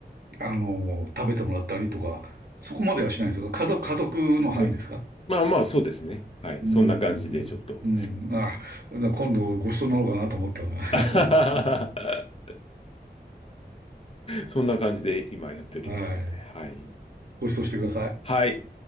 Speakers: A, on the right; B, on the left.
A: あの、食べてもらったりとか、そこまではしないんですか家族、家族の範囲ですか
B: うん。まあまあ、そうですね。はい。
A: うんうんうん。
B: そんな感じで、ちょっと。
A: うん。あ、今度ご馳走になろうかなと思ったら。
B: <laughs>
A: <laughs>
B: そんな感じで今やっておりますんで。
A: はい。
B: はい。
A: ご馳走してください。
B: はい。